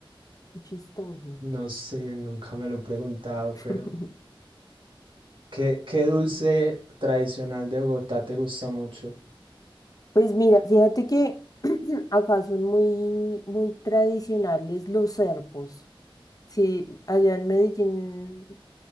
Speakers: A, on the left; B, on the right.
A: Qué Chistoso.
B: No sé, nunca me lo he preguntado,
A: <laughs>
B: pero ¿qué, qué dulce tradicional de Bogotá te gusta mucho?
A: Pues mira, fíjate que <clears throat> acá son muy, muy tradicionales los serpos. Sí, allá en Medellín